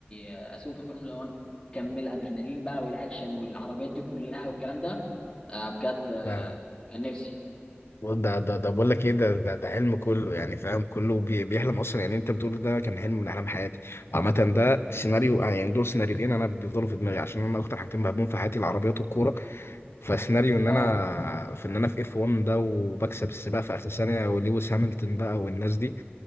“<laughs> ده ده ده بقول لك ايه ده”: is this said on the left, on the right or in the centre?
Left